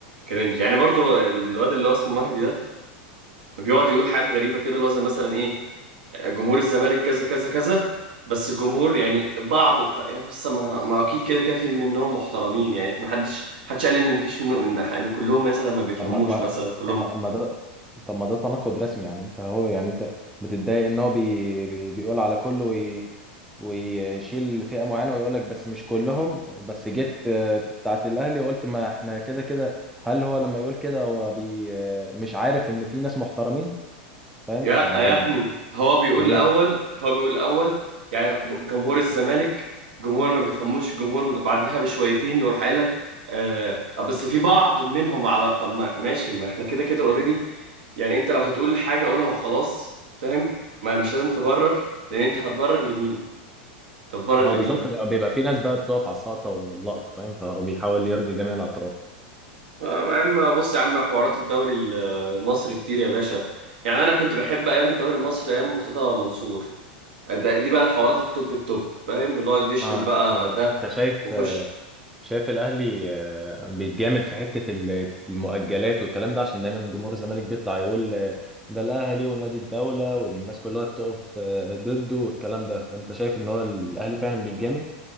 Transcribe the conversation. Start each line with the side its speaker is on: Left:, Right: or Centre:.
Right: كرنج يعني برضو ال- الواد اللي هو اسمه مهدي ده بيقعد يقول حاجات غريبة كده اللي هو زي مثلا ايه جمهور الزمالك كذا كذا كذا بس الجمهور يعني بعض طيب يعني بس ما, ما اكيد كده كده في منهم محترمين يعني ما حدش حدش قال ان مفيش منهم ان ان كلهم مثلا ما بيفهموش
Centre: طب ما ما-
Right: مثلا كلهم
Centre: طب ما ما ده طب ما ده تناقض رسمي يعني انت هو يعني انت بتتضايق ان هو بي... بي... بيقول على كله وي... ويشيل فئة معينة ويقول لك بس مش كلهم بس جيت آه، في بتاعة الأهلي وقلت ما احنا كده كده هل هو لما يقول كده هو بي... آه، مش عارف ان في ناس محترمين فاهم
Right: يا
Centre: ف يعني
Right: يا ابني هو بيقول
Centre: ايه
Right: الاول هو بيقول الاول يعني ب- جمهور الزمالك جمهور ما بيفهموش جمهور مد... بعدها بشويتين يروح قايل لك آه بس في بعض منهم على طب ما ماشي ما احنا كده كده اوريدي يعني انت لو هتقول حاجة قولها وخلاص فاهم ما مش لازم تبرر لان انت هتبرر لمين طب بره
Centre: اه
Right: لمين؟
Centre: بالظبط بيبقى في ناس بقى بتقف على السقطة واللقطة فاهم فبيحاول يرضي جميع الأطراف
Right: آه، يا عم بص يا عم حوارات الدوري ال- المصري كتير يا باشا يعني انا كنت بحب ايام الدوري المصري ايام مرتضى منصور ده دي بقى الحوارات التوب التوب فاهم اللي هو يشتم
Centre: اه
Right: بقى
Centre: طب
Right: ده
Centre: انت شايف
Right: وخش
Centre: شايف الاهلي آه، بيتجامل في حته ال- المؤجلات والكلام ده عشان دايما جمهور الزمالك بيطلع يقول آه، ده الاهلي ونادي الدوله والناس كلها بتقف آه، ضده والكلام ده فانت شايف ان هو الاهلي فعلا بيتجامل